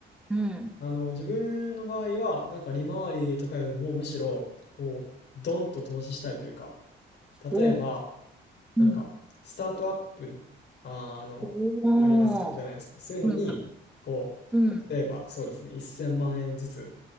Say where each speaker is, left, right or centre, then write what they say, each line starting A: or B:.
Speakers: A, in the centre; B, on the left.
A: うん。
B: あの、自分の場合は、なんか利回りとかよりもむしろ、こう、ドンと投資したいというか、例えば、
A: おお。
B: なんか、
A: うん。
B: スタートアップ、あー、あの、
A: おー。
B: ありますじゃないですか。そういうのに、
A: うん。
B: こ
A: うん。
B: う、例えばそうですね、1000万円ずつ、